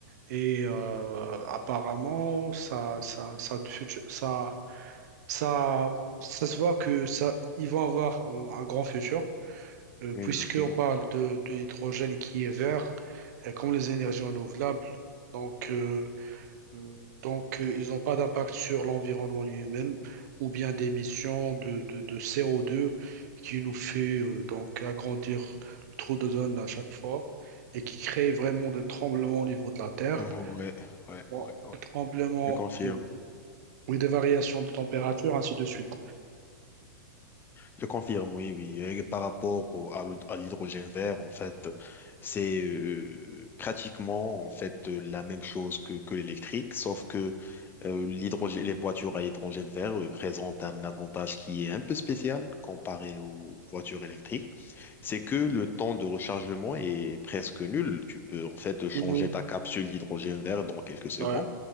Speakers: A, on the right (about 55°); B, on the left (about 20°).
A: et euh, apparemment ça ça ça ça ça ça se voit que ça ils vont avoir euh, un grand futur euh, puisqu'on
B: Exactement.
A: parle de, de l'hydrogène et qui est vert, euh, comme les énergies renouvelables. Donc, euh, euh, donc euh, ils n'ont pas d'impact sur l'environnement lui-même ou bien d'émissions de, de, de CO2 qui nous fait euh, donc agrandir le trou d'ozone à chaque fois et qui crée vraiment des tremblements au niveau de la Terre.
B: Ouais, ouais,
A: Bon,
B: ouais, ouais.
A: des tremblements
B: Je confirme.
A: de, oui, des variations de température, ainsi de suite.
B: Je confirme, oui, oui. Et par rapport au- à l'hyd- à l'hydrogène vert, en fait, c'est euh, pratiquement en fait euh, la même chose que, que l'électrique, sauf que euh, l'hydrogène, les voitures à hydrogène vert euh, présentent un avantage qui est un peu spécial comparé aux voitures électriques. c'est que le temps de rechargement est presque nul. Tu peux en fait changer
A: Mhm.
B: ta capsule d'hydrogène vert dans quelques secondes
A: Ouais.